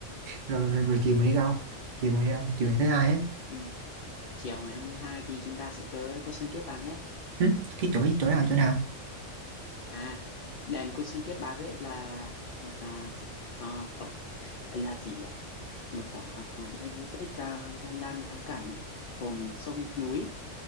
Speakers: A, on the right; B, on the left.
A: rồi, rồi, rồi chiều mình đi đâu chiều mình đi đâu chiều ngày thứ hai á
B: ừ. chiều ngày 22 thì chúng ta sẽ tới Côn Sơn Kiếp Bạc nhé
A: Hử? cái chỗ chỗ nào chỗ nào
B: à đền Côn Sơn Kiếp Bạc ấy là một à, à, tổng gọi là gì nhỉ một tổng hợp của di tích à, danh lam thắng cảnh gồm sông núi